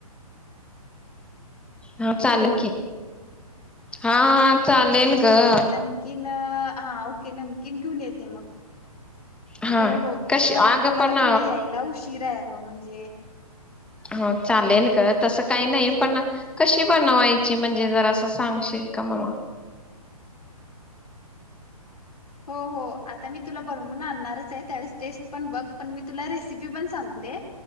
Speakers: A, in the centre; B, on the left.
A: हा चालेल
B: हॅलो
A: की हा हा चालेल. ग
B: नमकीन हा ओके नमकीन घेऊन येते मग
A: हा
B: हो हो
A: कशी
B: पण
A: अगं
B: आता मला
A: पण
B: थोडं यायला उशीर आहे अगं म्हणजे जे
A: हा चालेल ग तसं काही नाही पण कशी बनवायची म्हणजे जरा असं सांगशील का मला?
B: हो हो आता मी तुला बनवून आणणारच आहे त्यावेळेस टेस्ट पण बघ पण मी तुला रेसिपी पण सांगते.